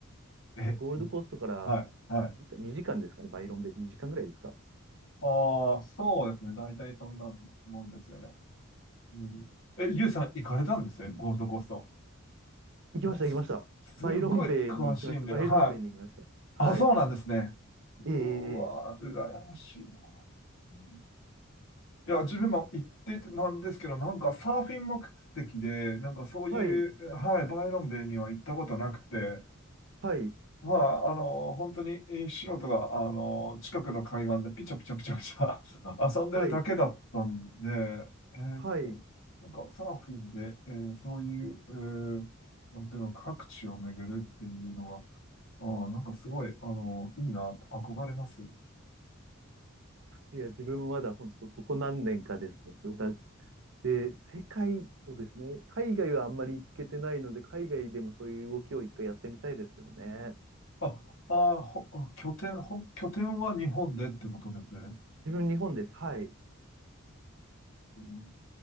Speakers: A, on the left; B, on the right.
A: え、
B: ゴールドコーストから
A: はい、はい。
B: 2時間ですかね、バイロンベイ2時間ぐらいですか。
A: ああ、そうですね。大体そんなもんですよね。うん。え、ゆうさん行かれたんですね、ゴールドコースト。
B: 行きました、
A: もうすすっごい詳しいんで、
B: 行きました。バイロンベイに行きました。バイロンベイに行きました。
A: はい。あ、
B: はい。
A: そうなんですね。
B: ええ、
A: うわ、
B: ええ、
A: 羨ましいな。うんいや、自分も行っててなんですけど、なんかサーフィン目的で、なんかそういう、
B: はい、
A: はい、バイロンベイには行ったことなくて、
B: はい、
A: まあ、あの、本当にえー素人が、あの、近くの海岸でピチャピチャピチャピチャ <laughs> 遊んでるだけだったんで、
B: はい、
A: えーなんかサーフィンで、
B: はい。
A: えーそういう、えーなんていうの、各地を巡るっていうのは、あーなんかすごい、あの、いいな、と憧れます。
B: いや、自分まだ本当、ここ何年かですね。それだって、世界、そうですね。海外はあんまり行けてないので、海外でもそういう動きを一回やってみたいですけどね。
A: あ、あー、ほ、拠点、ほ、拠点は日本でってことですね。
B: 自分、日本です。はい。
A: うん、